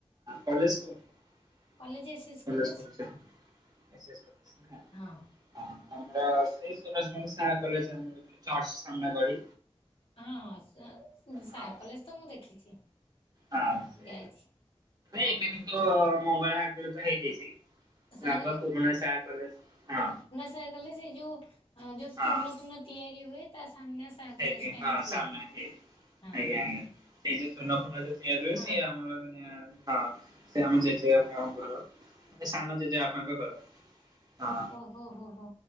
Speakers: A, on the right; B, on the left.
A: କଲେଜ କ <unintelligible> <unintelligible> ଆମର
B: କଲେଜ ଏସ୍ ଏସ୍ କଲେଜ ହଁ।
A: ସେଇ ସୁରଜଭାନୁ ସାର କଲେଜ ଚର୍ଚ୍ଚ ସାମ୍ନା ଗଳି
B: ହଁ ସେଇ
A: ହଁ
B: ସା କଲେଜ ତ ମୁଁ ଦେଖିଛି।
A: ହଁ <unintelligible>
B: ଯାଇଛି।
A: ଏବେ କିନ୍ତୁ ମଙ୍ଗଳା <unintelligible> ହେଇଯାଇଛି।
B: ସାହା
A: ଆଗୁଆ ପୁରୁଣା ଶା କଲେଜ୍ ହଁ।
B: ତା କଲେଜ୍ ଏଇ ଯୋଉ ଯୋଉ
A: ହଁ
B: ଚୁନ ଫୁଣ ତିଆରି ହୁଏ ତା ସାମ୍ନା ସା
A: ସେଇଠି
B: କଲେଜ ଟା
A: ହଁ
B: ହିଁ ଥିଲା।
A: ସାମ୍ନା <unintelligible> ଆଜ୍ଞା
B: ହଁ ହଁ
A: ଆଜ୍ଞା। ସେଇ ଯୋଉ ଚୂନା ଫୁନ ଯୋଉ ତିଆରି ହୁଏ ସିଏ
B: ହଁ
A: ଆମର ହଁ ସେ ଆମ ଜେଜେଙ୍କ ଘର। ସାନ ଜେଜେ ବାପାଙ୍କ ଘର ହଁ।
B: ହୋ ହୋ ହୋ